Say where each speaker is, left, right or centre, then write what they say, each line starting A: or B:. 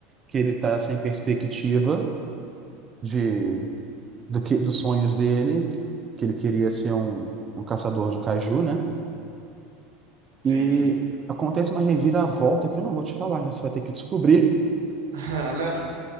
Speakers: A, on the right; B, on the right.
A: que ele tá sem perspectiva de do que dos sonhos dele, que ele queria ser um, um caçador de kaiju, né?
B: entendi.
A: E acontece uma reviravolta que eu não vou te falar, você vai ter que descobrir.
B: <laughs> Não,